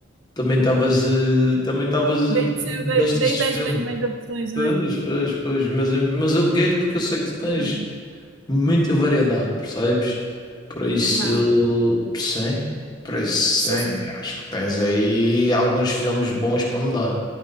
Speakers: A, on the left (about 20°); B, on the right (about 80°).
A: também estavas eh, também estavas
B: Dei-te
A: eh, destes
B: dei- dei-te as
A: filmes.
B: mesmas opções, não
A: Pois,
B: é?
A: pois, pois, mas, mas eu liguei-te porque eu sei que tu tens,
B: Tudo.
A: muita variedade, percebes? Por isso,
B: Vá.
A: sim, por isso,
B: Sucesso.
A: sim, acho que tens aí alguns filmes bons para me dar.